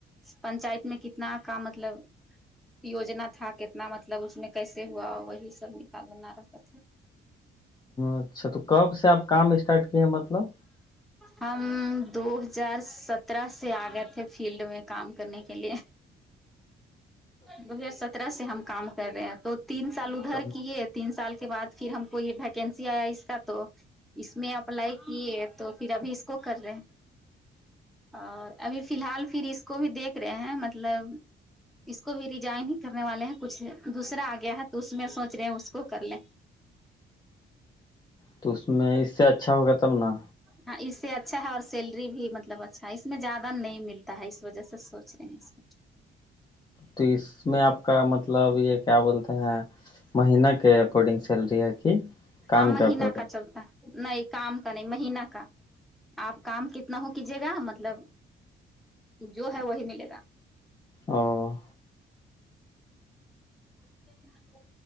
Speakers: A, in the centre; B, on the left (about 20°).
A: پنچایت میں کتنا کا مطلب یوجنا تھا کتنا مطلب اس میں کیسے ہوا وہی سب نکالنا رہتا تھا
B: اچھا تو کب سے آپ کام اسٹارٹ کیے مطلب
A: ہم دو ہزار سترہ سے آ گئے تھے فیلڈ میں کام کرنے کے لیے دو ہزار سترہ سے ہم کام کر رہے ہیں تو تین سال ادھر
B: تب
A: کیے تین سال کے بعد پھر ہم کو یہ ویکنسی آیا اس کا تو اس میں اپلائی کیے تو پھر ابھی اس کو کر رہے ہیں اور ابھی فی الحال پھر اس کو بھی دیکھ رہے ہیں مطلب اس کو بھی ریجائن ہی کرنے والے ہیں کچھ دوسرا آ گیا ہے تو اس میں سوچ رہے ہیں اس کو کر لیں
B: تو اس میں اس سے اچھا ہوگا تب نا
A: ہاں اس سے اچھا ہے اور سیلری بھی مطلب اچھا ہے اس میں زیادہ نہیں ملتا ہے اس وجہ سے سوچ رہے ہیں اس
B: تو اس میں آپ کا مطلب یہ کیا بولتے ہیں مہین کے اکارڈنگ سیلری ہے کہ کام
A: ہاں مہینہ
B: کے اکارڈنگ
A: کا چلتا ہے نہیں کام کا نہیں مہینہ کا آپ کام کتنا ہو کیجیے گا مطلب جو ہے وہی ملے گا
B: او
A: ج <unintelligible>